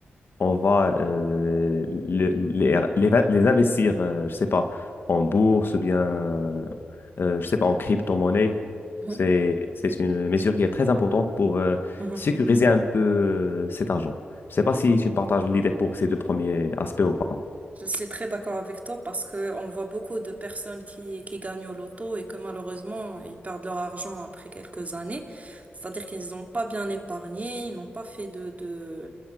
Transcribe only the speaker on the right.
Mhm.
Mhm.
Je suis très d'accord avec toi parce que on voit beaucoup de personnes qui, qui gagnent au loto et que malheureusement, ils perdent leur argent après quelques années. C'est-à-dire qu'ils n'ont pas bien épargné, ils n'ont pas fait de, de,